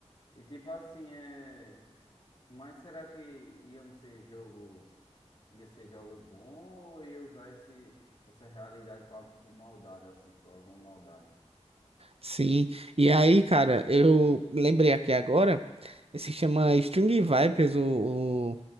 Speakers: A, on the left (about 50°); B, on the right (about 55°).
A: E tipo assim, é. Mas será que iam ser jogos, ia ser jogos bons ou ia usar esse, essa realidade pra, por maldade, assim, por alguma maldade?
B: Sim, e aí, cara, eu lembrei aqui agora, se chama String Vipers, o,